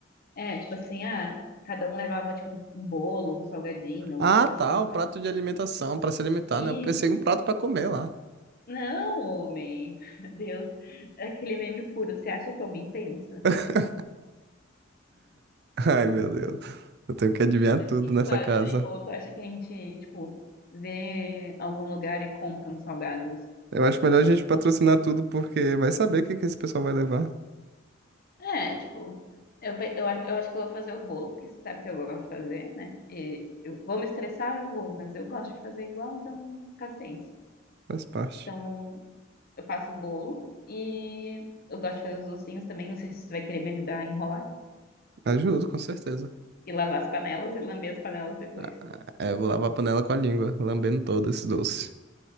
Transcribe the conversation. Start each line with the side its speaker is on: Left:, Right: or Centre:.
Left: É, tipo assim, ah, cada um levava tipo um bolo, um salgadinho, alguma
Right: Ah,
Left: coisa
Right: tá,
Left: assim,
Right: um
Left: sabe?
Right: prato de alimentação, pra se alimentar,
Left: Isso.
Right: né? Eu pensei em um prato pra comer lá.
Left: Não, homem. <laughs> Meu Deus, é aquele meme puro. Você acha que homem pensa?
Right: <laughs> Ai, meu Deus. Eu tenho que adivinhar
Left: O
Right: tudo
Left: que que
Right: nessa
Left: tu acha?
Right: casa.
Left: Ou tu acha que a gente, tipo, vê algum lugar e compra uns salgados?
Right: Eu acho melhor a gente patrocinar tudo, porque vai saber o que que esse pessoal vai levar.
Left: É, tipo, eu, pe- eu, a- eu acho que eu vou fazer o bolo, porque você sabe que eu gosto de fazer, né? E eu vou me estressar, eu vou, mas eu gosto de fazer igual, então paciência.
Right: Faz parte.
Left: Então, eu faço o bolo e eu gosto de fazer os docinhos também. Não sei se tu vai querer me ajudar a enrolar
Right: Ajudo, com certeza.
Left: e lavar as panelas e lamber as panelas depois.
Right: Ah, É, eu vou lavar a panela com a língua, lambendo todo esse doce.